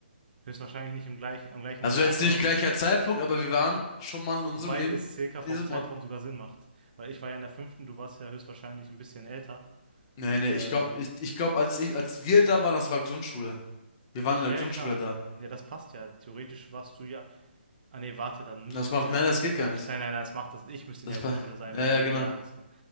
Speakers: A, on the right (about 45°); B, on the left (about 20°).
A: Höchstwahrscheinlich nicht im gleichen, am gleichen
B: Also
A: Tag,
B: jetzt
A: aber
B: nicht gleicher Zeitpunkt, aber wir waren schon mal in unserem
A: Wobei
B: Leben
A: es circa
B: in
A: vom
B: diesem
A: Zeitraum
B: Ort.
A: sogar Sinn macht. Weil ich war ja in der fünften, du warst ja höchstwahrscheinlich ein bisschen älter.
B: Nee, nee,
A: Äh,
B: ich glaube,
A: so.
B: ich, ich glaube, als ich, als wir da waren, das war Grundschule. Wir waren in
A: Ja,
B: der Grundschule
A: ja, klar.
B: da.
A: Ja, das passt ja. Theoretisch warst du ja. Ah nee, warte, dann
B: Das
A: müsstest
B: macht,
A: du ja.
B: nein, das geht
A: Ah,
B: gar nicht.
A: nein, nein, das macht das. Ich müsste
B: Das
A: in der
B: war,
A: Grundschule sein,
B: ja,
A: wenn
B: ja,
A: du.
B: genau.
A: Ja, alles klar.